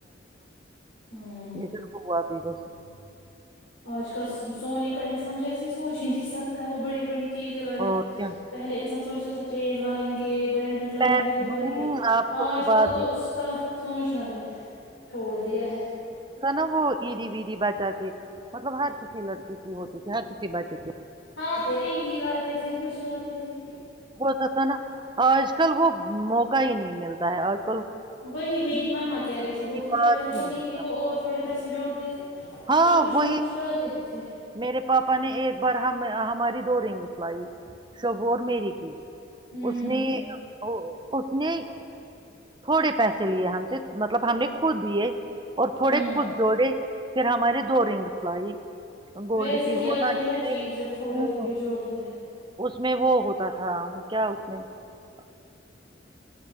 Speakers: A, on the left (about 80°); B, on the right (about 25°).
A: ہوں
B: نصرف ہوا <unintelligible> پی بس <unintelligible>
A: آج کل سونے کا انسان جیسے سوچ ہی نہیں سکتا ہے وہ بڑی بڑی <unintelligible> چیزیں لانے
B: اور
A: کا
B: کیا
A: پہلے انسان سوچتا تھا چینج <unintelligible> لڑائیں گے <unintelligible> بینڈڈ لائیں
B: میں
A: گے وہ لائیں
B: ہوں
A: گے
B: آپ تو
A: آج
B: وہ
A: کل
B: بات
A: تو
B: ہی
A: اس کا سوچنا بھی چھوڑ دیا ہے <unintelligible>
B: نم وہ عیدی ویدی بچا کے مطلب ہر کسی لڑکی کی ہوتی ت ہر کسی بچ <unintelligible>
A: ہاں رینگی لاتے تھے کچھ لاتے تھے <unintelligible>
B: تو تھا نا آج <unintelligible> کل وہ موقع ہی نہیں ملتا ہے اور <unintelligible>
A: وہی میری ماما کہہ رہی تھی
B: کی
A: بول رہی تھی
B: بات
A: پہل
B: ہی
A: ہم
B: نہیں
A: عیدی
B: ہے اب۔
A: کو اور تھوڑے پیسے <unintelligible> جوڑ دی تھے پھر
B: ہاں
A: کچھ
B: وہی
A: نہ کچ لاتے <unintelligible> جیے <unintelligible>
B: میرے پاپا نے ایک بار ہماری دو رنگس لائی شوبور میری کی <unintelligible>
A: ہوں
B: اس نے <unintelligible> اس نے تھوڑے پیسے لیے ہم سے مطلب ہم نے خود دیے اور تھوڑے
A: ہوں
B: خود جوڑے پھر ہمارے دو رنگس لائی گولڈ
A: ویسے
B: کی وہ
A: ہی آتی
B: جس
A: ہے نا
B: میں
A: چیز جب تھوڑے
B: ہوں
A: تھوڑے جوڑتے ہیں <unintelligible>
B: اس میں وہ ہوتا تا تھا کیا اس نے <unintelligible>